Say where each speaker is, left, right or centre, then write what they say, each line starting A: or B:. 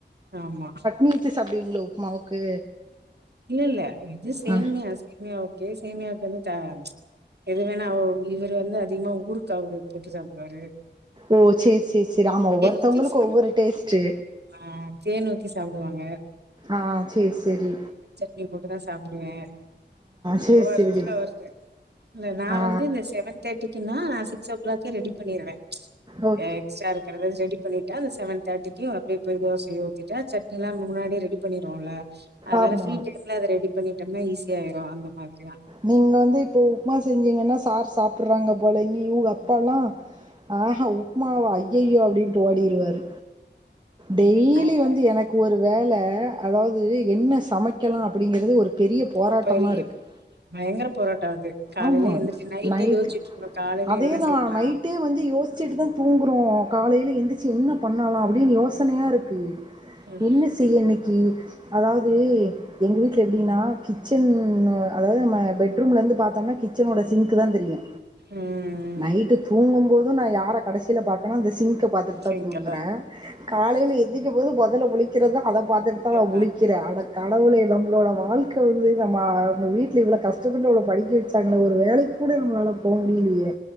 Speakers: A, on the right (about 60°); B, on the right (about 25°).
A: ஆமா
B: மீல்ஸ் சாப்புடிவீங்களா உப்புமாவுக்கு
A: இல்ல இல்ல இது சேமியா
B: ஆ
A: சேமியா ஓகே சேமியாவுக்கு வந்து தா எது வேணா அவ இவர்ரு வந்து அதிகமா ஊருக்கு தொட்டு சாப்புடுவாரு
B: ஓ செரி செரி செரி ஆமா ஒவ்வொருத்தவங்களுக்கு
A: ஊத்தி சாப்டுவாரு.
B: ஒவ்வொரு டேஸ்ட்டு
A: ஆ தேன் ஊத்தி சாப்புடுவாங்க
B: ஆ சேரி செரி
A: நெய் போட்டுதா சாப்புடுவே
B: சேரி
A: ஒரு வாரத்துக்கு
B: சேரி
A: அவருக்கு இல்ல நா
B: ஆ
A: வந்து இந்த செவன் தேர்ட்டிக்குன்னா சிக்ஸ் ஓ க்ளாக்கே ரெடி பண்ணிருவே
B: ஓ
A: எக்ஸ்ட்ரா இருக்குறதாவது ரெடி பண்ணிட்டா அந்த செவன் தேர்டிக்கி அப்டியே போய் தோசைய ஊத்திட்டா சட்னில்லா முன்னாடியே ரெடி பண்ணிடுவோல்ல அதுனால
B: ஆமா
A: ஃப்ரீ டைம்ல அத ரெடி பண்ணிட்டம்னா ஈஸியா ஆயிரு அந்த மாதிரிதா
B: நீங்க வந்து இப்போ உப்புமா செஞ்சீங்கன்னா சார் சாப்புட்றாங்க போல இங்க இவுக அப்பால்லா ஆ ஹா உப்மாவா ஐய்யய்யோ அப்டின்ட்டு ஓடிடுவாரு டெய்லி
A: நாங்க
B: வந்து எனக் ஒரு வேல அதாவது என்ன சமைக்கலா அப்படிங்கறது ஒரு பெரிய போராட்டமா
A: ஒப்பெரிய
B: இருக்கு
A: பயங்கர போராட்டொ அது காலைல
B: ஆமா
A: எந்திரிச்சு நைட்டே
B: நைட்டு
A: யோசிச்சுட்டு இருக்கணு காலைல
B: அதேதா
A: என்ன செய்யலா
B: நைட்டே வந்து யோசிச்சுட்டுதா தூங்குறோ காலைல எந்திரிச்சி என்ன பண்ணலா அப்டினு யோசனையா இருக்கு
A: ம்
B: என்ன செய்ய இன்னைக்கி அதாவது எங்க வீட்ல எப்டினா கிச்சன் அ அதாவது நம்ம பெட்ரூம்லர்ந்து பாத் தோனா கிச்சனோட சிங்க் தா தெரியு
A: ம் ம்
B: நைட்டு தூங்கும்போது நா யார கடைசில பாக்கனா அந்த சிங்க பாத்துட்டுதா
A: சரிக்கா
B: தூங்குற காலைல எந்திக்கும் போது மொதல்ல முழிக் கிறது அத பாத்துட்டுதா நா
A: அதா
B: முழிக்கிற அட கடவுளே நம்மளோட வாழ்க்க வந்து நம்ம வீட்ல இவ்ள கஸ் ஷ்டப்பட்டு அவ்வளோ படிக்க வெச்சாங்கள ஒரு வேலைக் கூட நம்மளால போ முடியலயே